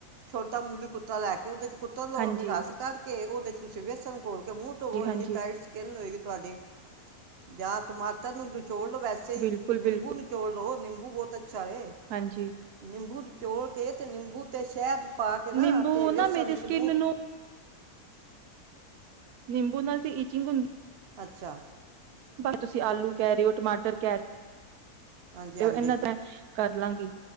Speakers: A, on the right; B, on the right.
A: ਛੋਟਾ ਮੂਲੀ ਕੁੱਤਾ ਲੈ ਕੇ ਓਦੇ ਚ ਕੁੱਤਰ ਲੋ,
B: ਹਾਂਜੀ
A: ਫਿਰ ਰਸ ਕੱਢ ਕੇ ਓਦੇ ਚ ਤੁਸੀਂ ਵੇਸਨ ਘੋਲ ਮੂੰ ਧੋਵੋ
B: ਜੀ ਹਾਂਜੀ
A: ਏਨੀ ਟਾਈਟ ਸਕਿਨ ਹੋਏਗੀ ਤੁਆਡੀ, ਜਾਂ ਟਮਾਟਰ ਨੂੰ ਚੋੜਲੋ ਵੈਸੇ
B: ਬਿਲਕੁਲ
A: ਈ ਨਿੰਬੂ
B: ਬਿਲਕੁਲ
A: ਨਿਚੋੜ ਲੋ ਨਿੰਬੂ ਬਹੁਤ ਅੱਛਾ ਵੇ,
B: ਹਾਂਜੀ
A: ਨਿੰਬੂ ਨਿਚੋੜ ਕੇ ਨਿੰਬੂ ਤੇ ਸ਼ੈਦ ਪਾ ਕੇ ਨਾ,
B: ਨਿੰਬੂ
A: ਤੇ ਵੇਸਣ
B: ਨਾ ਮੇਰੀ
A: ਵਿੱਚ
B: ਸਕਿੰਨ
A: ਮੂੰ
B: ਨੂੰ ਨਿੰਬੂ ਨਾਲ ਤੇ ਇਚਿੰਗ ਹੂੰ
A: ਅੱਛਾ।
B: ਤੁਸੀਂ ਆਲੂ ਕਹਿ ਰਹੇ ਹੋ ਟਮਾਟਰ ਕਹਿ
A: ਹਾਂਜੀ
B: ਇਹਨਾਂ
A: ਹਾਂਜੀ
B: ਤਾਂ ਕਰ ਲਾਂਗੀ।